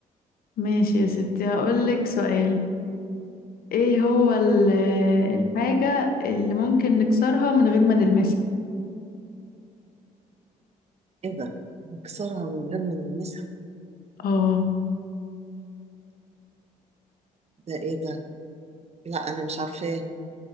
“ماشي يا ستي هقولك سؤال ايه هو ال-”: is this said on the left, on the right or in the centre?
Left